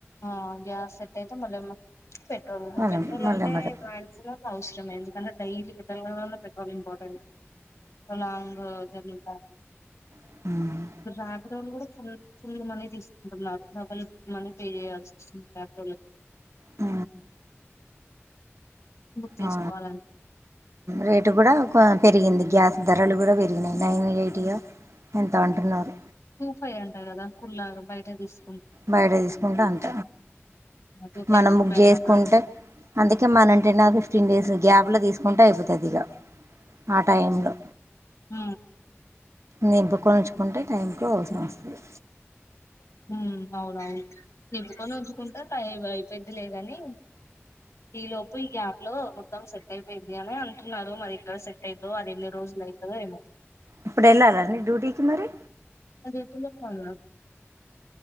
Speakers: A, on the left (about 80°); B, on the right (about 75°).
A: ఆ గ్యాస్ సెటైఅయితే మల పెట్రోల్
B: మళ్ళీ
A: పెట్రోల్
B: మళ్ళీ
A: అంటే
B: మాట
A: మాక్సిమం ఔట్ కొంచెం ఎందుకంటేడైలీ లెవక చాలా ఇంపార్టెంట్ స లాంగ్ జర్నీ అ
B: అవును
A: ట్రాక్ రోల్ కూడా ఫుల్ ఫుల్ మనీ తీసుకుంటున్నారు డబల్ మనీ పే చేయళ్సీవస్తుంది
B: అ
A: బుక్ చేసుకోవాలంటే
B: ఆ రేటు కూడా ఇ పెరిగింది గ్యాస్ ధరలు కూడా వె రిగినయ్ నైన్ ఎయిట్య ఎంతో అంటున్నారు
A: టూ ఫైవ్ అంట కదా కుల్ళగా బయట తీసి
B: బయట తీసుకుంటే అంత
A: టూ థౌజండ్
B: మనం బుక్
A: ఫైవ్
B: చేసుకుంటే
A: హండ్రెడ్
B: అందుకే మనంటే నా ఫిఫ్టీన్ డేస్ గ్యాప్ లో తీసుకుంటే అయిపోతుంది ఇగ ఆ టై లో
A: హ
B: నింపుక ఉంచుకుంటే టైంకి అవసరం వస్తుంది
A: హ అవునవును నింపుకొని ఉంచుకుంటే టైం పెద్దిలేదని ఈ లోపు ఈ గా లో మొత్తం సెట్ అయిపోయింది అని అంటున్నారు మరి ఎక్కడ సెట్ అయిందో అది ఎన్ని రోజులు అవుతాదో ఏమో
B: ఇప్పుడు వెళ్ళాలండి డ్యూటీకి మరి
A: <unintelligible>